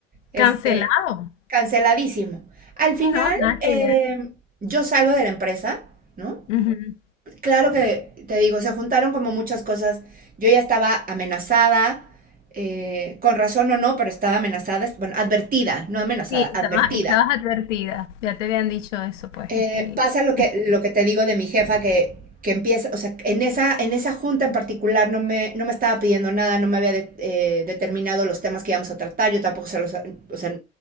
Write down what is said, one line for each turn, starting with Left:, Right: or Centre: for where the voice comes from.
Right: Este,
Left: cancelado,
Right: canceladísimo. Al final,
Left: no, nada
Right: eh,
Left: que
Right: yo salgo de la empresa, ¿no?
Left: ver.
Right: Claro que te digo, se juntaron como muchas cosas. Yo ya estaba amenazada, eh, con razón o no, pero estaba amenazada, est- bueno, advertida, no amenazada,
Left: Sí, estabas,
Right: advertida.
Left: estabas advertida, ya te habían dicho eso, pues.
Right: Eh,
Left: Y
Right: pasa lo que,
Left: es-
Right: lo que te digo de mi jefa que, que empieza, o sea, en esa, en esa junta en particular no me, no me estaba pidiendo nada, no me había de- eh, determinado los temas que íbamos a tratar, yo tampoco se los, o sea,